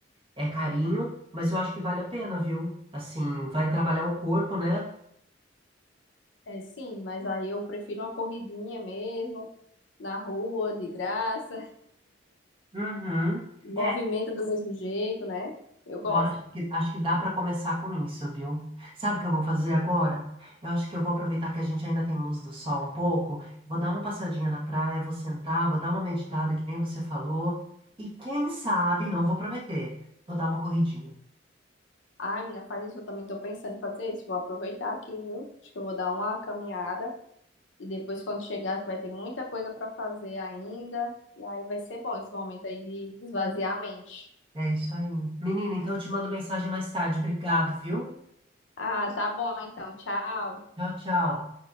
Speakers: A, on the right; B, on the left.
A: é carinho, mas eu acho que vale a pena, viu? Assim, vai trabalhar o corpo, né?
B: É, sim, mas aí eu prefiro uma corridinha mesmo, na rua, de graça,
A: Uhum.
B: movimenta
A: É,
B: do mesmo jeito, né? Eu gosto.
A: eu acho que, acho que dá para começar com isso, viu? Sabe o que eu vou fazer agora? Eu acho que eu vou aproveitar que a gente ainda tem luz do sol um pouco, vou dar uma passadinha na praia, vou sentar, vou dar uma meditada, que nem você falou, e quem sabe, não vou prometer, vou dar uma corridinha.
B: Ai, menina, faz isso, eu também tô pensando em fazer isso. Vou aproveitar aqui, viu? Acho que eu vou dar uma caminhada e depois quando chegar que vai ter muita coisa pra fazer ainda. E aí vai ser bom esse momento aí de esvaziar a mente.
A: É isso aí. Menina, então eu te mando mensagem mais tarde. Obrigado, viu?
B: Ah, tá bom então. Tchau.
A: Tchau, tchau.